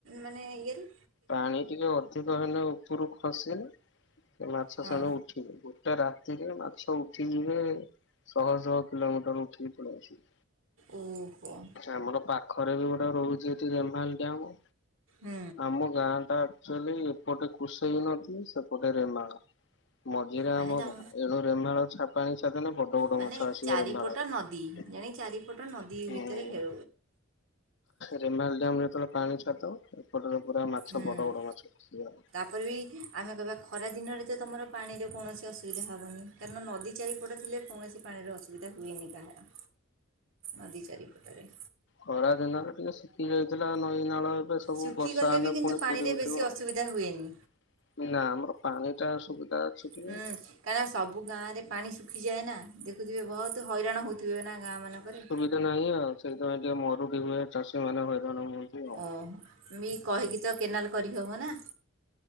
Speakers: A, on the right; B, on the left.
A: ମାନେ ଇଏରୁ
B: ପାଣି ଟିକେ ଅଧିକ ହେଲେ ଉପରୁ ଖସିଲ ସେ ମାଛ
A: ହଁ
B: ସାଣ ଉଠ। ଗୋଟେ ରାତିରେ ମାଛ ଉଠିଯିବେ। ଶହ ଶହ କିଲୋମିଟର ଉଠିକି ପଳିଆସିବେ।
A: ଉ ହୁହ?
B: ଏ ଆମର ପାଖରେ ବି ଗୋଟେ ରହୁଛି ଏଠି ରେମାଲ ଡ୍ୟାମ
A: ହୁଁ।
B: ଆମ ଗାଁ ଟା ଆକ୍ଚୁଆଲି ଏପଟେ କୃଷେଇ ନଦି ସେପଟେ ରେମାଲ। ମଝିରେ
A: ମାନେ
B: ଆମ
A: ତମ
B: ଗାଁ ଏଣୁ ରେମାଳ ଛପ ପାଣି ଛାଡିଦେଲେ ବଡ ବଡ
A: ମାନେ
B: ମାଛ ଆସିବେ
A: ଚାରିପଟ
B: ରେମାଳାରେ
A: ନଦୀ
B: ହୁଁ।
A: ଜାଣି ଚାରିପଟ ନଦୀ ଭିତରେ ଖେଳ
B: ରେମାଲ ଡାମ ଯେତେବେଳେ ପାଣି ଛାତ ଏପଟରେ ପୁରା ମାଛ
A: ହୁଁ
B: ବଡ ବଡ ମାଛ ପଶିବ।
A: ତାପରେ ବି ଆମେ କହିବା ଖରା ଦିନରେ ତ ତୁମର ପାଣିର କୌଣସି ଅସୁବିଧା ହେବନି କାରଣ ନଦ ଚାରିପଟ ଥିଲେ କୌଣସି ପାଣିର ଅସୁବିଧା ହୁଏନି କାହାର ନଦୀ ଚାରିପଟରେ।
B: ଖରା ଦିନରେ ଟିକେ ଶିଖି ଯାଇଥିଲା ନଈ ନାଳ ଏବେ ସବୁ
A: ଶୁଖିଗଲେ
B: ବର୍ଷା ହେଲେ
A: ବି କିନ୍ତୁ
B: ପୁଣି
A: ପାଣିରେ
B: ପୁରୀ ଉଠିବ
A: ବେଶୀ ଅସୁବିଧା
B: ଆଉ।
A: ହୁଏନି
B: ନା ଆମର ପାଣି ଟା ସୁବିଧା ଅଛି। ଟିକେ।
A: ହୁଁ କାହିଁକିନା ସବୁ ଗାଁ ରେ ପାଣି ଶୁଖିଯାଏ ନା ଦେଖ ହଥିବେ ବହୁତ ହଇରାଣ ହେଉଥିବେ ନା ଗାଁ ମାନଙ୍କରେ
B: ଏ ନାହିଁ ଆଉ ସେଇଥିପାଇଁ ଟିକେ ମରୁଡି ହୁଏ ଚାଷୀ ମାନେ ହଇରାଣ ହୁଅନ୍ତି। ଆଉ।
A: ଓହୋ ମି କହିକି ତ କେନାଲ କରିହେବ ନା।